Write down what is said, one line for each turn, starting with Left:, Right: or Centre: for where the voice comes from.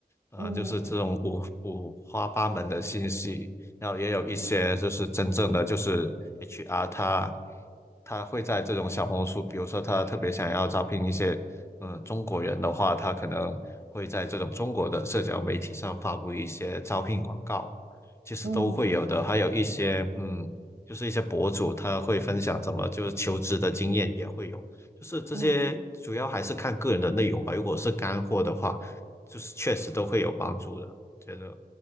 Left: 呃就是这种五五花八门的信息。
Right: 嗯，
Left: 然后也有一些就是真正的就是
Right: 对，
Left: HR，他他会在这种小红书，比如说他特别想要招聘一些嗯中国人的话，他可能会在这种中国的社交媒体上发布一些招聘广告，其实都会有的。
Right: 嗯
Left: 还有一些嗯，就是一些博主他会分享怎么就是求职的经验也会有，就是这些主要还是看个人的内容吧。
Right: 嗯
Left: 如果是干货的话，就是确实都会有帮助的，觉得